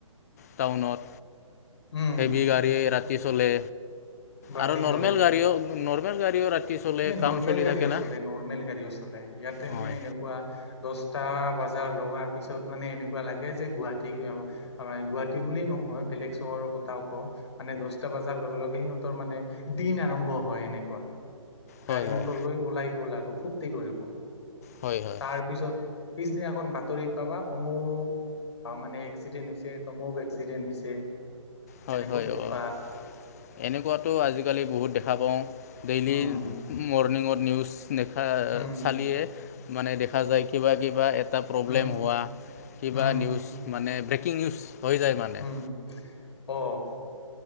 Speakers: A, on the left (about 30°); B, on the left (about 55°).
A: টাউনত।
B: উম
A: হেভি গাড়ী ৰাতি চলে
B: ৰাতি
A: আৰু নৰ্মেল
B: চলে
A: গাড়ীও। নৰ্মেল গাড়ীওঁ ৰাতি চলে
B: সেই
A: কাম
B: নৰ্মেল
A: চলি
B: গাড়ীও
A: থাকে না
B: চলে, নৰ্মেল গাড়ীও চলে, ইয়াতে
A: হয়
B: মানে এনেকুৱা দছটা বাজাৰ লগাৰ পিছত মানে এনেকুৱা লাগে যে গুৱাহাটী <unintelligible> গুৱাহাটী বুলি নহ হয় বেলেগ চহৰৰ কথাও কওঁ মানে দছটা বজাৰ লগে লগে সিহঁতৰ মানে দিন আৰম্ভ হয় এনেকে। কোৱা। গাড়ী-মটৰ
A: হয় হয়
B: লৈ ওলাই গ'ল আৰু ফুৰ্তি কৰিব,
A: হয় হয়
B: তাৰ পিছত পিছদিনা এখন বাতৰি পাবা অমুক। আৰু মানে এক্সিডেণ্ট হৈছে তমুক এক্সিডেণ্ট হৈছে।
A: হয়,
B: এনেকুৱা
A: হয়
B: উৎপাত
A: অ', এনেকুৱাতো আজিকালি বহুত দেখা পাওঁ। ডেইলিৰ
B: উম
A: মৰ্ণিঙত নিউজ নেখা
B: উম
A: চালিয়ে। মানে দেখা যায় কিবা কিবা এটা প্ৰব্লেম
B: উম
A: হোৱা কিবা
B: উম
A: নিউজ মানে ব্ৰেকিং নিউজ হৈ যায় মানে।
B: উম অ'।